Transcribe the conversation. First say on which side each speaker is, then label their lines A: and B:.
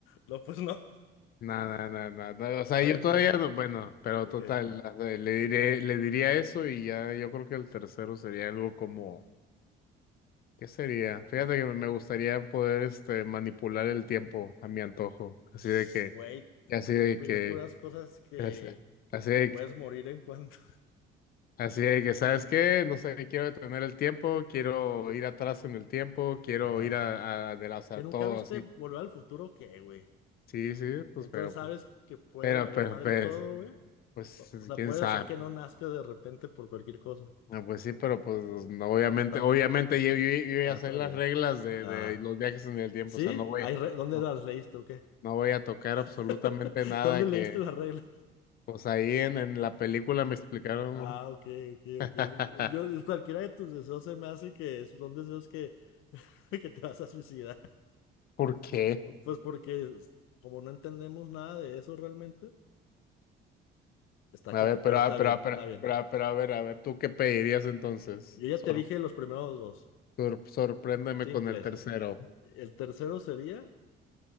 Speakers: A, on the left (about 80°); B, on the left (about 45°).
A: No, pues no.
B: no, no, no, no, no, o sea,
A: A
B: yo
A: ver,
B: todavía
A: pues,
B: no, bueno, pero
A: ok.
B: total, eh, le diré, le diría eso y ya yo creo que el tercero sería algo como, ¿qué sería? Fíjate que me gustaría poder, este, manipular el tiempo a mi antojo, así
A: Shh,
B: de que,
A: Güey,
B: así
A: tú
B: de
A: pides
B: que,
A: puras cosas que,
B: así
A: que
B: así
A: te
B: de
A: puedes
B: que,
A: morir en cuanto.
B: así de que, ¿sabes qué? No sé, quiero detener el tiempo, quiero ir atrás en el tiempo,
A: <laughs>
B: quiero
A: Ajá.
B: ir a, a, a- de la- o sea,
A: ¿Que
B: todo
A: nunca viste
B: así.
A: Volver al Futuro? ¿Qué, güey?
B: Sí, sí, pues,
A: Entonces
B: pero,
A: sabes
B: pues,
A: que puede
B: pero,
A: valer
B: pero,
A: madre
B: pues,
A: todo, güey. O,
B: pues,
A: o sea,
B: quién
A: puedes
B: sabe.
A: hacer que no nazca de repente por cualquier cosa.
B: No, pues sí, pero pues pues, no,
A: Ah,
B: obviamente,
A: ta-
B: obviamente
A: ah,
B: yo, yo, yo voy
A: ah,
B: a hacer
A: está
B: las
A: bien.
B: reglas de,
A: Ah,
B: de los viajes en el tiempo,
A: ¿sí?
B: o sea, no voy,
A: Ay, re- ¿dónde
B: no,
A: las leíste o qué?
B: no voy a tocar absolutamente
A: <laughs>
B: nada
A: ¿Dónde
B: que,
A: leíste las reglas?
B: pues ahí en, en la película me explicaron,
A: Ah,
B: bro.
A: ok, ok,
B: <laughs>
A: ok. Yo, cualquiera de tus deseos se me hace que son deseos que, <laughs> que te vas a suicidar.
B: ¿Por qué?
A: Pues porque como no entendemos nada de eso realmente, está
B: A
A: acá,
B: ver, pero,
A: pero está
B: a- pero,
A: bien,
B: a- pero,
A: está bien.
B: pero, a- pero, a ver, a ver, ¿tú qué pedirías entonces?
A: Yo ya
B: Sor,
A: te dije los primeros dos,
B: sor- sorpréndeme
A: simples.
B: con el tercero,
A: El tercero sería...